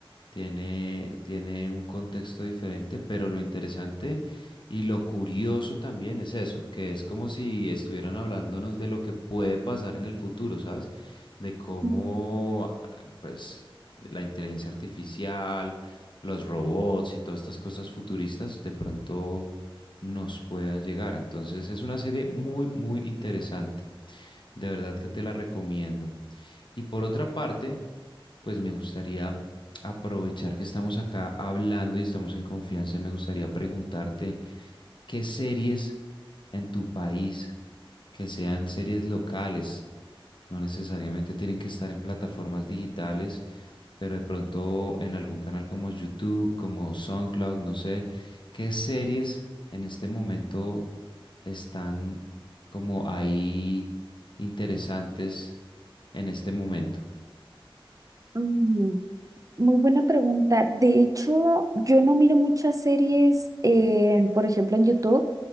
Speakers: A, on the left; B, on the right.
A: tiene, tiene un contexto diferente, pero lo interesante y lo curioso también es eso, que es como si estuvieran hablándonos de lo que puede pasar en el futuro, ¿sabes? De cómo,
B: ujú.
A: ah, pues, de la inteligencia artificial, los robots y todas estas cosas futuristas de pronto nos puedan llegar. Entonces es una serie muy, muy interesante. De verdad que te la recomiendo. Y por otra parte, pues me gustaría aprovechar que estamos acá hablando y estamos en confianza, me gustaría preguntarte qué series en tu país, que sean series locales, no necesariamente tienen que estar en plataformas digitales, pero de pronto en algún canal como YouTube, como SoundCloud, no sé, qué series en este momento están como ahí interesantes en este momento.
B: Mm, Muy buena pregunta. De hecho, yo no miro muchas series, en, por ejemplo, en YouTube,